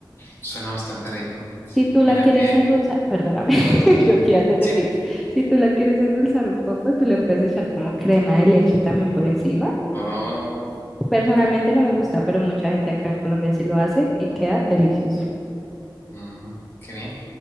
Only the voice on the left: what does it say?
Suena bastante rico.
Mira
que,
sí.
Oh,
mm, qué bien.